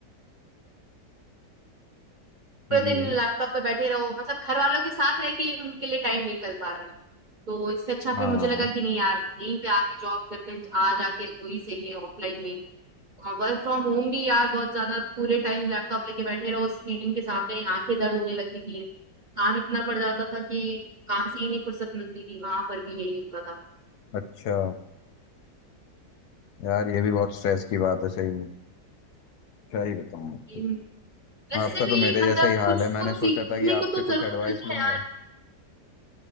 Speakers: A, on the right (about 50°); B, on the left (about 70°).
A: पूरे
B: जी
A: दिन लैपटॉप पे बैठे रहो मतलब घर वालों के साथ रह के ही उनके लिए टाइम निकल पा रहा है तो इससे अच्छा
B: हाँ
A: फिर मुझे लगा कि नहीं यार यहीं पे आके जॉब करते हैं आ जाके वही सही है ऑफलाइन में वर्क फ्रॉम होम भी यार बहुत ज्यादा पूरे टाइम लैपटॉप लेके बैठे रहो स्क्रीन के सामने आंखें दर्द होने लगती थी काम इतना पड़ जाता था कि काम से ही नहीं फुर्सत मिलती थी वहां पर भी यही होता था
B: अच्छा यार ये भी बहुत स्ट्रेस की बात है सही में क्या ही बताऊँ आपको
A: हम्म, वैसे
B: आपका
A: भी
B: तो मेरे
A: मतलब
B: जैसा ही हाल
A: कुछ
B: है मैंने
A: कुछ
B: सोचा
A: सीखने
B: था कि आपसे
A: को तो
B: कुछ
A: जरूर
B: एडवाइस
A: मिलता
B: लूंगा
A: है यार